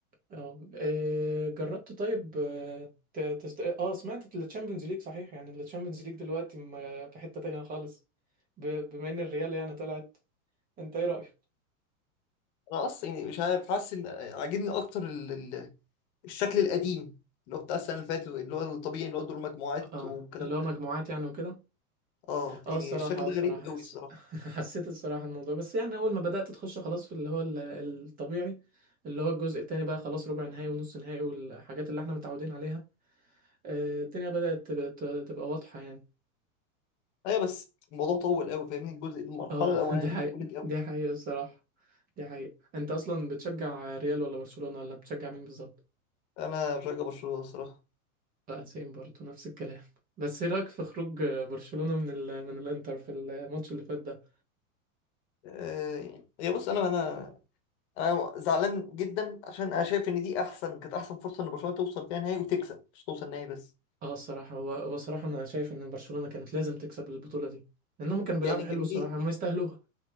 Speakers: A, on the right; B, on the left.
A: اه إيه، جربت طيب آه، ت- تست... اه سمعت التشامبيونز ليج صحيح يعني التشامبيونز ليج دلوقتي ما- في حته تانية خالص ب... بما ان الريال يعني طلعت انت ايه رايك
B: أنا أصلا يعني مش عارف حاسس إن عاجبني أكتر ال... ال- الشكل القديم اللي هو بتاع السنة اللي فاتت اللي هو الطبيعي اللي هو دور مجموعات
A: اه
B: والكلام
A: اللي هو مجموعات
B: ده
A: يعني وكده
B: اه
A: اه
B: يعني
A: الصراحة
B: الشكل
A: اه
B: ده
A: الصراحة
B: غريب قوي
A: حس...
B: الصراحة
A: <laughs> حسيت الصراحة الموضوع بس يعني أول ما بدأت تخش خلاص في اللي هو ال- الطبيعي اللي هو الجزء التاني بقى خلاص ربع نهائي ونص نهائي والحاجات اللي احنا متعودين عليها آه، الدنيا بدأت تب- ت- تبقى واضحة يعني
B: ايوه بس الموضوع طول قوي فاهمني الجزء المرحله
A: اه
B: الاولانيه
A: <laughs> دي حقيقة
B: دي طولت قوي
A: دي حقيقة الصراحة دي حقيقة انت أصلا بتشجع ريال ولا برشلونة ولا بتشجع مين بالظبط؟
B: انا بشجع برشلونه الصراحه
A: بقى سيم برضه نفس الكلام بس ايه رأيك في خروج برشلونة من ال... من الإنتر في الماتش اللي فات ده؟
B: أه يعني هي بص انا انا انا زعلان جدا عشان انا شايف ان دي احسن كانت احسن فرصه ان برشلونه توصل فيها نهائي وتكسب مش توصل نهائي بس
A: اه الصراحة هو هو الصراحة أنا شايف إن برشلونة كانت لازم تكسب البطولة دي لأنهم كانوا بيلعبوا
B: يعني
A: حلو
B: كميه
A: الصراحة هم يستاهلوها